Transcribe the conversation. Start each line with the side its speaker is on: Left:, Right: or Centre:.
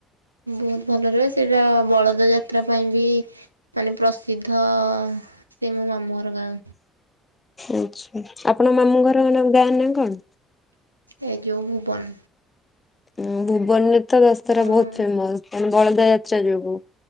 Right: ବହୁତ ଭଲ ରୁହେ, ସେଇଟା ବଳଦ ଯାତ୍ରା ପାଇଁ ବି ତାହାଲେ ପ୍ରସିଦ୍ଧ ସେ ମୋ ମାମୁଁ ଘର ଗାଁ।
Left: ଆଚ୍ଛା, ଆପଣ ମାମୁଁ ଘର ତାଙ୍କ ଗାଁ ନାଁ କଣ?
Right: ଏ ଯୋଉ ଭୁବନ।
Left: ଉଁ, ଭୁବନରେ ତ ଦଶରା
Right: ହଁ
Left: ବହୁତ ଫେମସ୍ <unintelligible> ବଳଦା ଯାତ୍ରା ଯୋଗୁଁ।